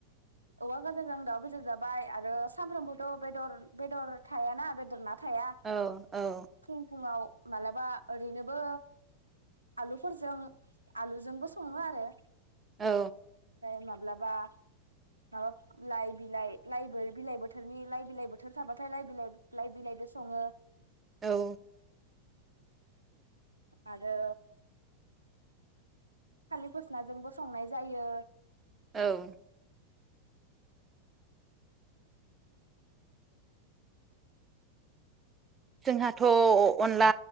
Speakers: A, on the right; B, on the right.
A: औवा गाजाजों दाउ बेदर जाबाय आरो सानफ्रोमबोथ' बेदर बेदर थायाना बेदर ना थाया
B: औ औ
A: फुं फुंङाव मालाबा ओरैनोबो आलुफोरजों आलुजोंबो संङो आरो
B: औ
A: फाय माब्लाबा माबा लाइ बिलाइ लाइबो बिलाइ बोथोरनि लाइ बिलाइ बोथोर थाबाथाय लाइ बिलाइ लाइ बिलाइबो सङो।
B: औ
A: आरो थालि फस्लाजोंबो संनाय जायो।
B: औ जोंहाथ अनला